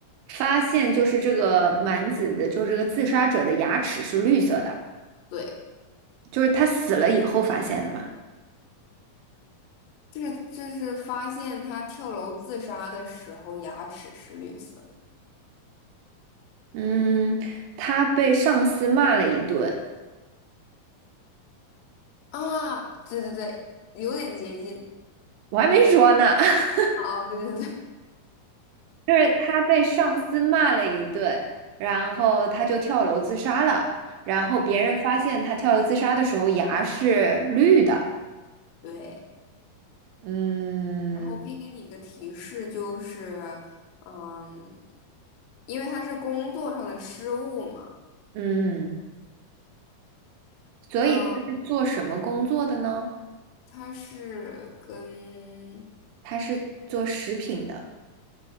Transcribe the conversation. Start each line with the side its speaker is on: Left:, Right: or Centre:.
Right: 发现就是这个蛮子的，就是这个自杀者的牙齿是绿色的，
Left: 对，
Right: 就是他死了以后发现的嘛。
Left: 就是就是发现他跳楼自杀的时候牙齿是绿色的
Right: 嗯，他被上司骂了一顿，
Left: 啊，对对对，有点接近，
Right: 我还没说呢。<laughs>
Left: 哦，对对对
Right: 就是他被上司骂了一顿，然后他就跳楼自杀了。然后别人发现他跳楼自杀的时候牙是绿的，
Left: 对。
Right: 嗯
Left: 然后我可以给你一个提示，就是，嗯，因为它是工作上的失误嘛，
Right: 嗯，所以他是做什么工作的呢？
Left: 嗯，它是跟
Right: 他是做食品的，